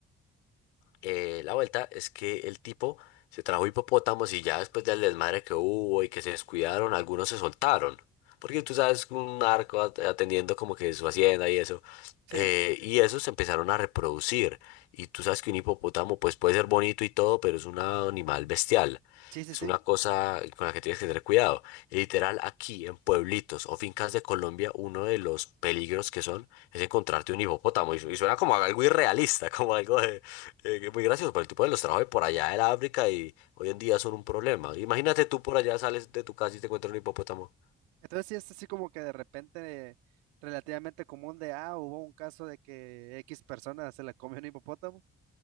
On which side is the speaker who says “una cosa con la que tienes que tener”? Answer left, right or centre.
Left